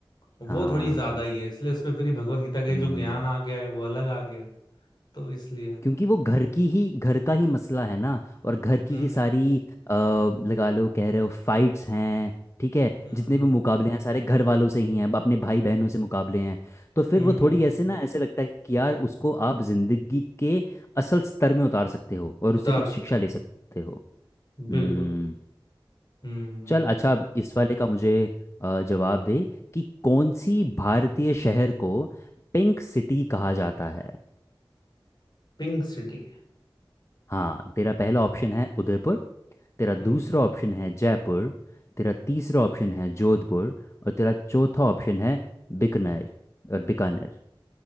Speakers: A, on the left (about 55°); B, on the left (about 30°).
A: वो
B: हाँ
A: थोड़ी ज्यादा ही है इसलिए उस पर फिर भगवत गीता के
B: हम्म
A: जो ज्ञान आ गया है वो अलग आ गया तो इसलिए
B: क्योंकि वो घर की ही घर का ही मसला है ना और घर
A: हम्म
B: की ही सारी अ, लगा लो कह रहे हो फाइट्स हैं ठीक है
A: हम्म
B: जितने भी मुकाबले हैं सारे घर वालों से ही हैं अपने भाई बहनों से मुकाबले हैं तो फिर
A: हम्म
B: वो
A: हम्म
B: थोड़ी ऐसे
A: हम्म,
B: ना ऐसे लगता है कि यार उसको आप जिंदगी के असल स्तर में उतार सकते हो और
A: उतार
B: उससे कुछ
A: सकते
B: शिक्षा ले
A: हो
B: सकते हो हम्म
A: बिल्कुल हम्म हम्म,
B: चल अच्छा अब इस वाले का मुझे अ, जवाब दे कि कौन सी भारतीय शहर को पिंक सिटी कहा जाता है
A: पिंक सिटी
B: हाँ तेरा पहला ऑप्शन है उदयपुर तेरा दूसरा
A: हम्म Pink City,
B: ऑप्शन है जयपुर तेरा तीसरा ऑप्शन है जोधपुर और तेरा चौथा ऑप्शन है बीकानेर और बीकानेर